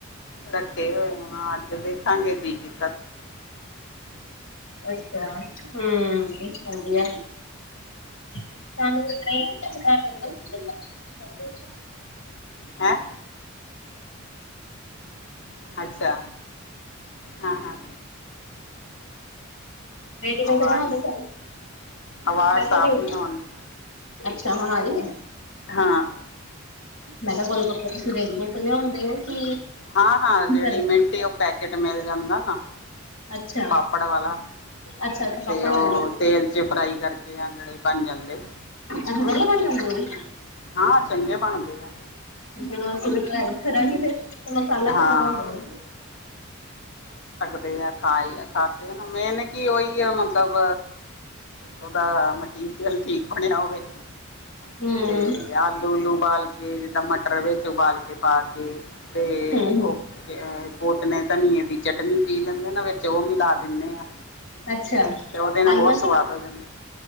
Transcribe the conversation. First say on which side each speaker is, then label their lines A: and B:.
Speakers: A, on the left (about 60°); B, on the left (about 85°).
A: ਰੱਖੇ ਹੋਏ ਹੁਣ ਅੱਜ ਦੇਖਾਂਗੇ ਜੀ ਕਿ
B: ਅੱਛਾ ਹੂੰ। ਵਧੀਆ ਸਾਨੂੰ ਵੀ ਦਈ <unintelligible>
A: ਹੈਂ ਅੱਛਾ ਹਾਂ- ਹਾਂ।
B: ਰੇਡੀਮੇਡ
A: ਆਵਾਜ਼
B: ਦਿਖਾ
A: ਆਵਾਜ਼
B: ਮੈਂ ਕਿਹਾ
A: ਸਾਫ਼
B: ਰ
A: ਨਹੀਂ ਆਉਂਦੀ
B: ਅੱਛਾ ਹੁਣ ਆ ਰਹੀ ਆ।
A: ਹਾਂ।
B: ਮੈਂ ਕਿਹਾ ਗੋਲ ਗੱਪਾ ਤੁਸੀ ਰੇਡੀਮੇਟ ਲਿਆਂਦੇ ਹੋ। ਕਿ
A: ਹਾਂ -ਹਾਂ ਰੇਡੀਮੇਂਟ
B: ਘਰੇ
A: ਉਹ ਪੈਕੇਟ ਮਿਲ ਜਾਂਦਾ ਨਾ।
B: ਅੱਛਾ
A: ਪਾਪੜ ਵਾਲਾ
B: ਅੱਛਾ ਅੱਛਾ ਪਾਪੜ
A: ਤੇ ਉਹ
B: ਵਾਲੇ ਬਣਦੇ
A: ਤੇਲ 'ਚ ਫਰਾਈ ਕਰਕੇ ਆ ਜਿਹੜੇ ਬਣ ਜਾਂਦੇ।
B: ਅੱਛਾ ਵਧੀਆ ਬਣ ਜਾਂਦੇ ਉਹ ਵੀ
A: ਹਾਂ ਚੰਗੇ ਬਣਦੇ ਆ।
B: ਚਲੋ ਅਸੀ ਵੀ ਟਰਾਈ ਕਰਾਂਗੇ ਫਿਰ ਫਿਰ, ਮਸਾਲਾ
A: ਹਾਂ
B: ਕਿੱਦਾਂ ਪਾਇਦੇ ਹੋ?
A: ਬਈ ਆ ਖਾਈ ਲਾ, ਖਾਦੇ ਨਾ, ਮੇਨ ਕੀ ਉਹੀ ਹੈ। ਮਤਲਬ! ਉਹਦਾ ਮਟੀਰੀਅਲ ਠੀਕ ਬਣਿਆ ਹੋਵੇ,
B: ਹਮ
A: ਤੇ
B: ਹਮ
A: ਆਲੂ-ਉੱਲੂ ਉਬਾਲਕੇ ਜਿੱਦਾਂ ਮਟਰ ਵਿੱਚ ਉਬਾਲਕੇ ਪਾਕੇ ਅਤੇ,
B: ਹਮ
A: ਓਕੇ, ਐ ਕੋਟਣੇ ਤਾ ਨਹੀਂ ਧਨੀਏ ਦੀ ਚਟਨੀ ਪੀ ਲੈਂਦੇ ਨਾ, ਵਿੱਚ ਉਹ ਮਿਲਾ ਦਿੰਨੇ ਆ।
B: ਅੱਛਾ
A: ਤੇ, ਉਹਦੇ ਨਾਲ
B: ਆਲੂਆਂ
A: ਹੋਰ ਸਵਾਦ
B: ਚ
A: ਹੋ ਜਾਂਦਾ।